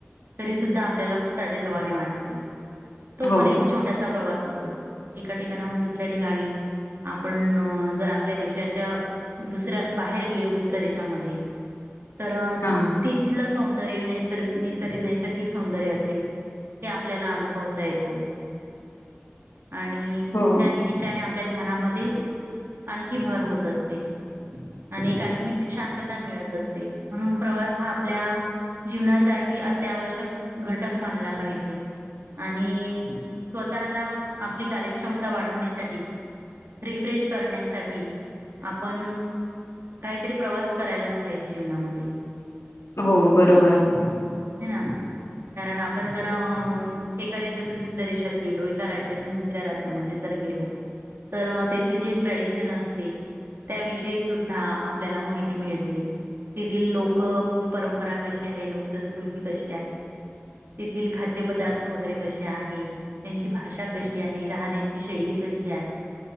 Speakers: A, on the right; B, on the left.
A: तरी सुद्धां आपल्यांला खूंप ताजं ते वाणे वाटतें तो
B: हो
A: पणं एक छोटांसा प्रवांसच असतो एकां ठिकाणांहून दुसऱ्यां ठिकाणीं आपणं जरं आपल्या देशांच्या दुसऱ्यां बाहेर गेलो दुसऱ्यां देशांमध्यें तरं नं
B: हा
A: तिथलं सौंदर्य नाहीं निसर्ग नैसर्गिक सौंदर्य असेल ते आपल्यांला अनुभवता येतो आणि
B: हो
A: त्यांनिमित्ताने आपल्या ज्ञानांमध्यें आणखी भरं होतं असते आणि एक आत्मिक शांतता मिळतं असते म्हणूनचं प्रवांस हां आपल्या! जीवनांसाठी अत्यांआवश्यक घटंक मानलां पाहिजे आणि स्वंतः लां आपली कार्यक्षमतां वाढवण्यांसाठी रिफ्रेश करण्यांसाठी आपणं कांहींतरी प्रवांस करांयलाचं पाहिजे जीवनांमध्यें
B: हो बरोबर
A: हं नां कारणं आपणं जरं एकां देशांतून दुसरं देशांत गेलो एकां राज्यांतून दुसऱ्यां राज्यांमध्ये जरं गेलो तरं तेथील जे ट्रेडिशन असते त्यांविषयी सुद्धां आपल्यांला माहिती मिळते. तेथील लोकं परंपरा कशी आहे लोकंसंस्कृती कशी आहे. तेथील खांद्यपदार्थ वगैरें कसे आहेतं. त्यांची भाषा कशी आहे राहण्यांची शैली कशी आहे.